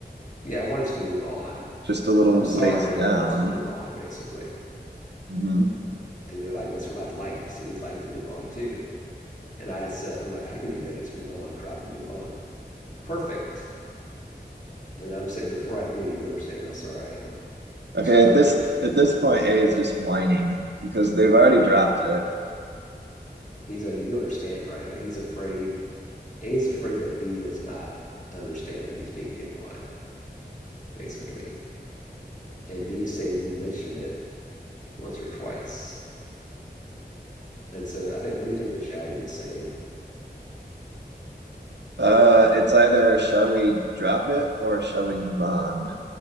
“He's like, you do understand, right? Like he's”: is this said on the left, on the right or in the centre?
Left